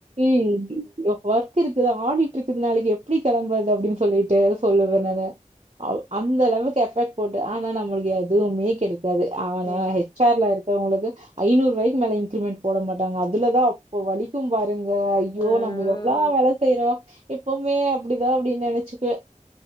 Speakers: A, on the right; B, on the left.
A: ம் ஒர்க் இருக்குது ஆடிட் இருக்குது நாளைக்கு எப்படி கிளம்புறது அப்படின்னு சொல்லிட்டு சொல்லுவே
B: ஆ
A: நானு அந்த லெவலுக்கு எஃபெக்ட் போட்டு ஆனா நம்மளுக்கு எதுவுமே கிடைக்க து ஆனா
B: ஆ
A: ஹெச்ஆர்ல இருக்கவங்களுக்கு ஐநூறுூாய்கு மேல இன்கிரிமெண்ட் போட மாட்டாங்க அதுலதான் அப்ப வலிக்கும் பாருங்க ஐயோ
B: ஆ
A: நம்ம எவ்வளவு வேலை செய்யறோ எப்பவுமே அப்படிதான் அப்படின்னு நினைச்சுக்குவ